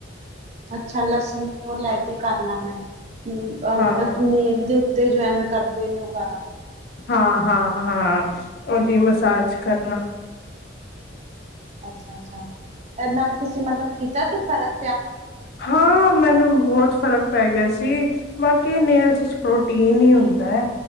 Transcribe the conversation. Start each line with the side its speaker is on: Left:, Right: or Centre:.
Right: ਅੱਛਾ, ਲਸਣ ਦੀ ਉਹ ਲੈਕੇ ਕੇ ਕਰ ਲ ਮੈਂ ਹੂੰ,
Left: ਹਾਂ
Right: ਨੇਮ ਦੀ ਤੇ ਜੋ ਐਵੇਂ ਕਰਦੇ ਨੇ ਉਹ ਕਰਾਂ
Left: ਹਾਂ-ਹਾਂ-ਹਾਂ। ਉਹਦੀ ਮਸਾਜ ਕਰਨਾ।
Right: ਅੱਛਾ-ਅੱਛਾ, ਇਹਦੇ ਨਾਲ ਤੁਸੀਂ ਮਤਲਬ ਕੀਤਾ ਸੀ ਫਰਕ
Left: ਹਾਂ ਮੈਨੂੰ ਬਹੁਤ ਫ਼ਰਕ ਪੈ ਗਿਆ ਸੀ। ਜੀ ਬਾਕੀ ਨੇਲ ਵਿੱਚ ਪ੍ਰੋਟੀਨ ਹੀ ਹੁੰਦਾ ਹੈ,